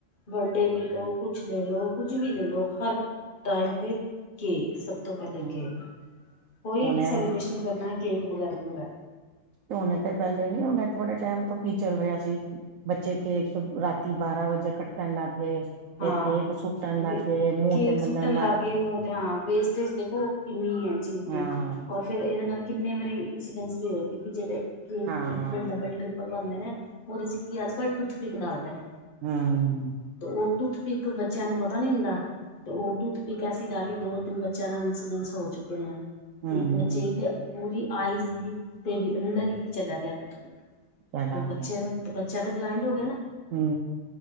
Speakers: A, on the left; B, on the right.
A: ਵੱਡੇ ਲੈਲੋ, ਕੁਛ ਲੈਲੋ, ਕੁੱਝ ਵੀ ਲੈਲੋ ਹਰ ਟਾਈਮ ਤੇ ਕੀ ਸ ਸ ਤੋਂ ਪਹਿਲੇ
B: ਹਮ
A: ਕੀ ਕੋਈ
B: ਉਹਨੇ
A: ਵੀ ਸੈਲੀਬ੍ਰੇਸ਼ਨ ਕਰਨਾ ਕੇਕ ਵਗੈਰਾ ਪੂਰਾ।
B: ਝੋਨੇ ਤੇ ਪਹਿਲੇ ਨੀ ਹਨੇ ਥੋੜੇ ਟਾਈਮ ਤੋਂ ਕੀ ਚੱਲ ਰਿਹਾ ਸੀ। ਬੱਚੇ ਕੇਕ ਰਾਤੀ ਬਾਰਾਂ ਵਜੇ ਕੱਟਣ ਲੱਗ ਗਏ। ਫਿਰ
A: ਹਾਂ
B: ਕੇਕ ਸੁੱਟਣ ਲੱਗ ਗਏ ਮੂੰਹ
A: ਕੇਕ
B: ਤੇ ਮਲਣ
A: ਸੁੱਟਣ ਲੱਗ ਗਏ ਮੂੰਹ ਤੇ ਹਾਂ ਵੇਸਟੇਜ ਦੇਖੋ। ਕਿੰਨੀ ਹੈ ਚੀਜ਼
B: ਹਾਂ
A: ਦੀ ਔਰ। ਫਿਰ ਇਹਦੇ ਨਾਲ ਕਿੰਨੇ ਵਾਰੀ ਇੰਸੀਡੈਂਟਸ ਵੀ ਹੋਏ ਕਿਉਂਕਿ ਜਿਹੜੇ ਕਿ ਟ੍ਰਿਪਲ
B: ਹਾਂ।
A: Double triple. ਲਵਾਉਂਦੇ ਨੇ। ਉਹਦੇ ਚ ਕੀ ਅੱਜ ਕੱਲ੍ਹ ਟੂਥਪਿਕ ਡਾਲ ਦੇਨੇ।
B: ਹਮ।
A: ਤੇ ਉਹ ਟੂਥਪਿਕ ਬੱਚਿਆਂ ਨੂੰ ਪਤਾ ਨੀ ਹੁੰਦਾ। ਤੇ ਉਹ ਟੂਥਪਿਕ ਏਸੀ ਡਾਲੀ ਦੋ ਤਿੰਨ ਬੱਚਿਆਂ ਨਾਲ ਇੰਸੀਡੈਂਸ ਹੋ ਚੁੱਕੇ ਨੇ ਆ।
B: ਹਮ
A: ਇੱਕ ਬੱਚੇ
B: ਹਮ
A: ਤੇ ਪੂਰੀ ਆਈਜ਼ ਹੀ ਤੇ ਅੰਦਰ ਹੀ ਚੱਲਿਆ ਗਿਆ। ਤੋ
B: ਚਲਾ
A: ਬੱਚੇ ਦਾ ਬੱਚਾ ਤਾਂ ਬਲਾਈੰਡ ਹੋ ਗਿਆ ਨਾ।
B: ਹੂੰ।